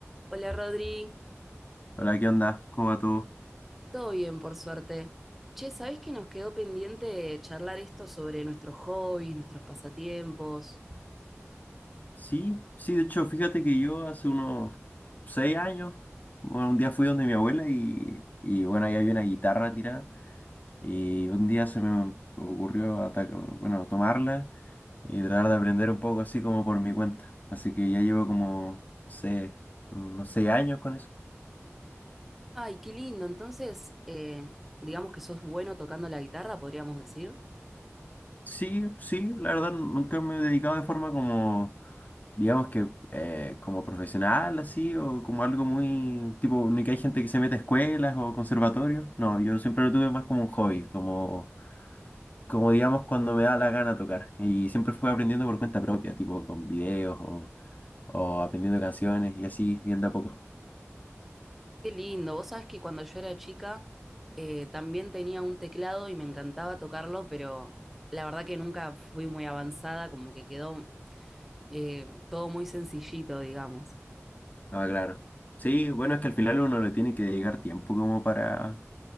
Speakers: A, in the centre; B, on the left.
A: Hola Rodri,
B: Hola, ¿qué onda? ¿Cómo va todo?
A: todo bien por suerte. Che, ¿sabés que nos quedó pendiente charlar esto sobre nuestros hobbies, nuestros pasatiempos?
B: Sí, sí, de hecho, fíjate que yo hace unos seis años, bueno, un día fui donde mi abuela y, y bueno, ahí había una guitarra tirada y un día se me ocurrió ataca- bueno, tomarla y tratar de aprender un poco así como por mi cuenta. Así que ya llevo como, no sé, unos seis años con eso.
A: Ay, qué lindo. Entonces, eh, digamos que sos bueno tocando la guitarra, podríamos decir.
B: Sí, sí, la verdad nunca me he dedicado de forma como digamos que eh, como profesional así o como algo muy tipo, ni que hay gente que se mete a escuelas o conservatorios. No, yo siempre lo tuve más como un hobby, como, como digamos cuando me da la gana tocar. Y siempre fui aprendiendo por cuenta propia, tipo con videos o, o aprendiendo canciones y así, bien de a poco.
A: Qué lindo. Vos sabés que cuando yo era chica eh, también tenía un teclado y me encantaba tocarlo, pero la verdad que nunca fui muy avanzada, como que quedó eh, todo muy sencillito, digamos.
B: Ah, claro. Sí, bueno, es que al final uno le tiene que dedicar tiempo como para,